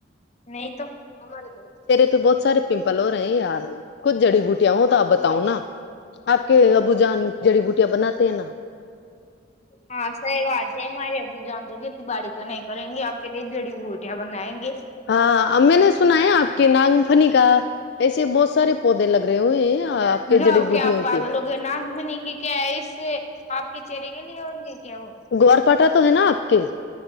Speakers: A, on the left; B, on the left.
A: نہیں تو ہمارے تو تیرے
B: پہ
A: تو بہت
B: سارے
A: ساریل
B: پمپل
A: ہو رہے
B: ہیں یار
A: ار
B: کچھ
A: بہت
B: جڑی
A: س
B: بوٹیاں
A: بٹیاں
B: ہوں تو آپ بتاؤ نا آپ کے ابو جان جڑی بوٹیاں بناتے ہیں نا
A: ہاں سہی بات ہے ہمارے ابو جان باڑی تو نہیں کریں گے آپ کے لیے جڑی بوٹیاں بنائیں گے
B: ہاں امی نے سنا ہے آپ کے ناگ فنی کا ایسے بہت سارے پودے لگ رہے ہوئے ہیں آپ کے
A: جو
B: جڑی بوٹیوں
A: آپ پاگلوں
B: کے
A: ناک منی کی کیا ہے اس سے آپ کے چہرے کے لیے ہوں گے کیا وہ
B: گور پٹا تو تم نا اٹھتی